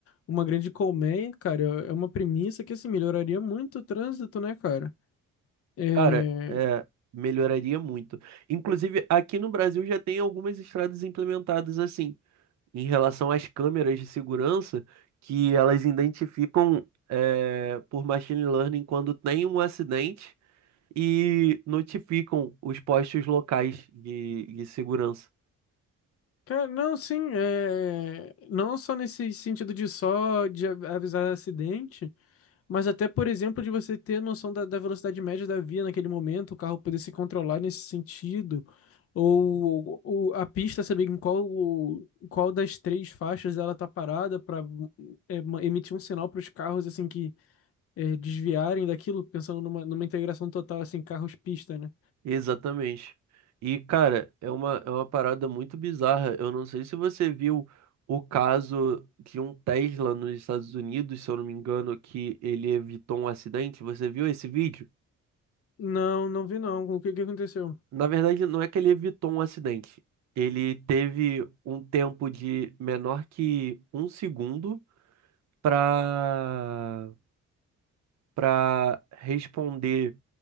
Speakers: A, on the left; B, on the right.
A: uma grande colmeia, cara. É é uma premissa que assim, melhoraria muito o trânsito, né, cara? É,
B: Cara, é, melhoraria muito. Inclusive, aqui no Brasil já tem algumas estradas implementadas assim, em relação às câmeras de segurança, que elas identificam é, por machine learning quando tem um acidente e notificam os postos locais de, de segurança.
A: cara, não, sim, é, não só nesse sentido de só de av- avisar acidente, Mas até, por exemplo, de você ter noção da, da velocidade média da via naquele momento, o carro poder se controlar nesse sentido, ou, ou a pista saber em qual, qual das três faixas ela tá parada para emitir um sinal para os carros assim que é, desviarem daquilo, pensando numa, numa integração total assim carros-pista, né?
B: Exatamente. E, cara, é uma, é uma parada muito bizarra. Eu não sei se você viu o caso de um Tesla nos Estados Unidos, se eu não me engano, que ele evitou um acidente. Você viu esse vídeo?
A: Não, não vi não. O que que aconteceu?
B: Na verdade, não é que ele evitou um acidente. Ele teve um tempo de menor que um segundo para para responder